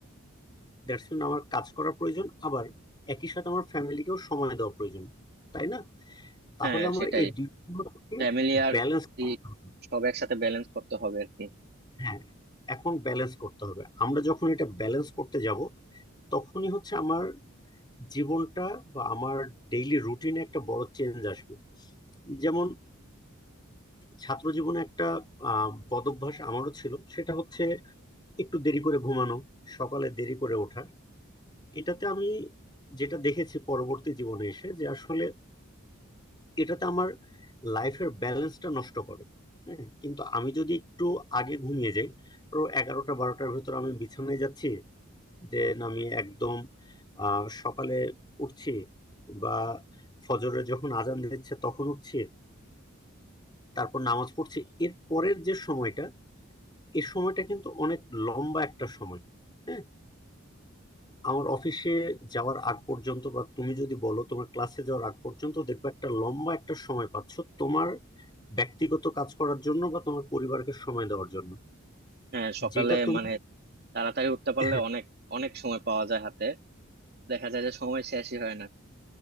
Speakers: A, on the left; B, on the right.
A: দ্যাটস মিন আমার কাজ করা প্রয়োজন আবার একই সাথে আমার ফ্যামিলিকেও সময় দেওয়া প্রয়োজন তাই না তাহলে
B: হ্যাঁ
A: আমার
B: সেটাই
A: এই দুইটাকে
B: ফ্যামিলি আর
A: ব্যালেন্স করতে
B: ই
A: হবে
B: সব একসাথে ব্যালেন্স করতে হবে আর কি
A: হ্যাঁ এখন ব্যালেন্স করতে হবে আমরা যখন এটা ব্যালেন্স করতে যাব তখনই হচ্ছে আমার জীবনটা বা আমার ডেইলি রুটিনে একটা বড় চেঞ্জ আসবে যেমন ছাত্র জীবনে একটা আহ বদভ্যাস আমারও ছিল সেটা হচ্ছে একটু দেরি করে ঘুমানো সকালে দেরি করে ওঠা এটাতে আমি যেটা দেখেছি পরবর্তী জীবনে এসে যে আসলে এটাতে আমার লাইফের ব্যালেন্সটা নষ্ট করে হ্যাঁ কিন্তু আমি যদি একটু আগে ঘুমিয়ে যাই তো এগারোটা বারোটার ভেতর আমি বিছানায় যাচ্ছি দেন আমি একদম আহ সকালে উঠছি বা ফজরে যখন আজান দিচ্ছে তখন উঠছি তারপর নামাজ পড়ছি এর পরের যে সময়টা এই সময়টা কিন্তু অনেক লম্বা একটা সময় হ্যাঁ আমার অফিসে যাওয়ার আগ পর্যন্ত বা তুমি যদি বলো তোমার ক্লাসে যাওয়ার আগ পর্যন্ত দেখবে একটা লম্বা একটা সময় পাচ্ছ তোমার ব্যক্তিগত কাজ করার জন্য বা তোমার পরিবারকে সময় দেওয়ার জন্য
B: হ্যাঁ সকালে
A: যেটা তুমি
B: মানে তাড়াতাড়ি উঠতে পারলে
A: হ্যাঁ
B: অনেক অনেক সময় পাওয়া যায় হাতে দেখা যায় যে সময় শেষই হয় না